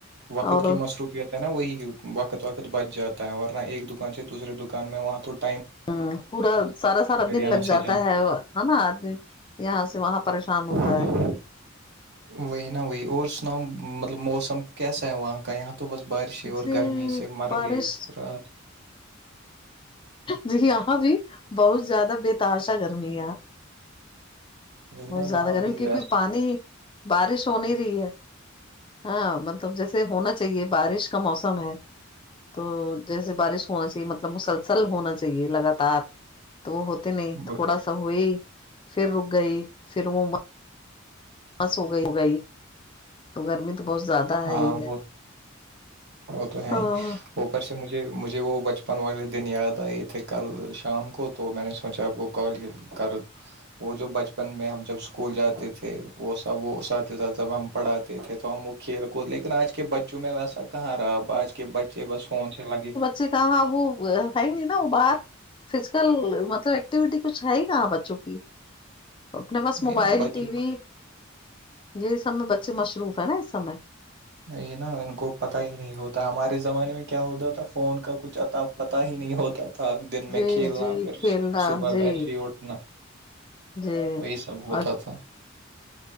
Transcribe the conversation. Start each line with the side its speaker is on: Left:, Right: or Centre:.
Right: وقت
Left: اور
Right: کی مصروفیت نا وہی وقت وقت بچ جاتا ہے ورنہ ایک دکان سے دوسرے دکان میں وہاں توٹ
Left: ہ پورا سارا سارا دن
Right: یہاں
Left: لگ
Right: سے
Left: جاتا ہے ہے نا آدمی یہاں سے وہاں پریشان
Right: جانا
Left: ہوتا ہے
Right: وہی نا وہی اور سناؤ مطلب موسم کیسا ہے وہاں کا یہاں صبحس بارش اور
Left: جی
Right: گرمی سے مر
Left: بارش
Right: گ رات
Left: جی یہاں بھی بہت زیادہ بے تار سا گرمی ہے
Right: وہی
Left: بہت
Right: نا یہاں
Left: زیادہ گرمی
Right: بھی
Left: کیونکہ
Right: ویسٹ
Left: پانی بارش ہو نہیں رہی ہے ہاں مطلب جیسے ہونا چاہیے بارش کا موسم ہے تو جیسے بارش ہونا چاہیے مطلب مسلسل ہونا چاہیے لگاتار تو وہ ہوتے نہیں
Right: ب-
Left: تھوڑا سا ہوئی پھر رک گئی پھر وہ بس ہو گئی ہو گئی تو گرمی تو بہت زیادہ
Right: ہاں
Left: ہے ہی ہے
Right: وہ وہ تو ہے
Left: ہاں
Right: ہی اوپر سے مجھے مجھے وہ بچپن والے دن یاد آئے تھے کل شام کو تو میں نے سوچا اب وہ کال یہ کر وہ جو بچپن میں ہم جب اسکول جاتے تھے وہ سب وہ ساتھ ہی ساتھ جب ہم پڑھاتے تھے تو ہم کھیل کود لیکن آج کے بچوں میں ویسا کہاں رہا اب آج کے بچے بس فون سے لگے
Left: سے کہا وہ ہے نہیں نا وہ باہر فزیکل مطلب ایکٹیویٹی کچھ ہے ہی کہاں بچوں کی اپنے پاس
Right: وہی
Left: موبائل
Right: نا بچوں
Left: ٹی وی یہ سم میں بچے مصروف ہے نا اس سمے
Right: نہیں نا ان کو پت ہی نہیں ہوتا ہمارے زمانے میں کیا ہوتا تھا فون کا کچھ اتا پتاہ ہی نہیں ہوتا تھا تھا دن میں
Left: جی
Right: کھیلنا
Left: جی
Right: پھر
Left: کھیلنا
Right: صبح
Left: جی
Right: ویسے ہی اٹھ انا
Left: جی
Right: وہی سب ہوتا
Left: اور
Right: تھا